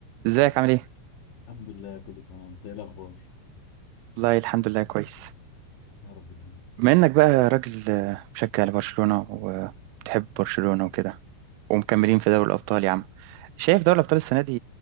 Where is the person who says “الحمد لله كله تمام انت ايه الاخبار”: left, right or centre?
Left